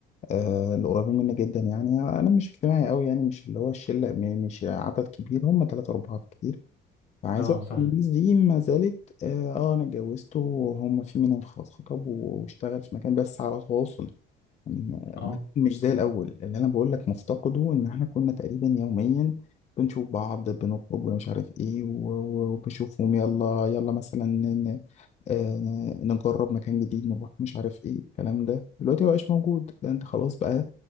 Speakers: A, on the left; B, on the left.
A: آه القريبين مني جدا يعني انا مش اجتماعي قوي يعني مش اللي هو الشله م- مش عدد كبير هم ثلاثه اربعه كتير فعايز
B: اه
A: اقول
B: صح
A: لك إن الناس دي ما زالت اه آه، انا اتجوزت وهم في منهم خلاص خطب واشتغل في مكان بس على تواصل يعني
B: اه
A: بت- مش زي الأول اللي أنا بقول لك مفتقده إن إحنا كنا تقريبا يوميا بنشوف بعض بنخرج ومش عارف إيه و- و- وبشوفهم يلا يلا مثلا ن- آه، نجرب مكان جديد نروح مش عارف إيه الكلام ده دلوقتي مبقاش موجود ده أنت خلاص بقى